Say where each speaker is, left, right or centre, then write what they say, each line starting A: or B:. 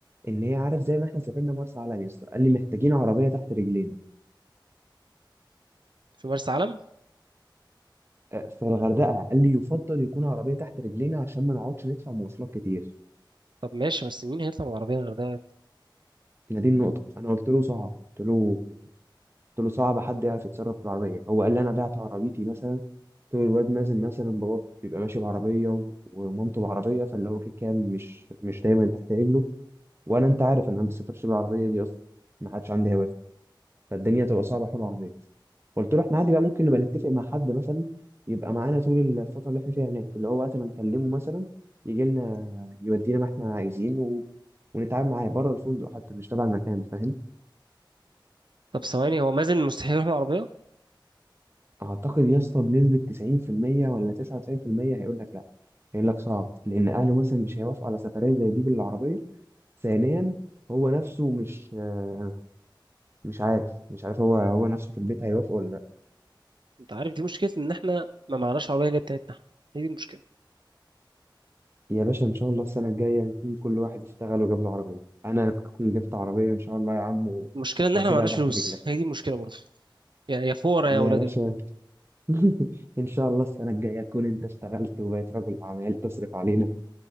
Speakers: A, on the right (about 30°); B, on the right (about 65°).
A: ان هي عارف زي ما احنا سافرنا مرسى علم يا اسطى قال لي محتاجين عربيه تحت رجلينا
B: في مرسى علم
A: آه، فالغردقه قال لي يفضل يكون عربيه تحت رجلينا عشان ما نقعدش ندفع مواصلات كتير
B: طب ماشي بس مين هيطلع بالعربيه غير ده يعني؟
A: هي دي النقطه انا قلت له صعب قلت له قلت له صعب حد يعرف يتصرف في العربية هو قال لي أنا بعت عربيتي مثلا قلت له الواد مازن مثلا بابا بيبقى ماشي بعربية و- ومامته بعربية فاللي هو كده كده مش مش دايما تحت رجله وأنا أنت عارف أنا ما بسافرش بالعربية دي أصلا ما حدش عندي هوافر فالدنيا تبقى صعبة حول العربية قلت له احنا عادي بقى ممكن نبقى نتفق مع حد مثلا يبقى معانا طول الفترة اللي احنا فيها هناك اللي هو وقت ما نكلمه مثلا يجي لنا يودينا ما احنا عايزين و... ونتعامل معاه بره الفندق حتى مش تبع المكان فاهم
B: طب ثواني هو مازن مستحيل يروح بالعربيه
A: اعتقد يا اسطى بنسبه 90% ولا 99% هيقول لك لا هيقول لك صعب لان اهله مثلا مش هيوافقوا على سفريه زي دي بالعربيه ثانيا هو نفسه مش آه، مش عارف مش عارف هو هو نفسه في البيت هيوافق ولا لا
B: انت عارف دي مشكله ان احنا ما معناش عربيه اللي هي بتاعتنا احنا هي دي المشكله
A: يا باشا ان شاء الله السنه الجايه نكون كل واحد اشتغل وجاب له عربيه انا اكون جبت عربيه ان شاء الله يا عم و-
B: المشكله ان
A: واسيبها
B: احنا ما معناش
A: تحت
B: فلوس
A: رجلك
B: هي دي المشكله برضه يا يا فورة يا
A: يا
B: ولاد
A: باشا
B: ال...
A: <laughs> ان شاء الله السنه الجايه تكون انت اشتغلت وبقيت رجل اعمال تصرف علينا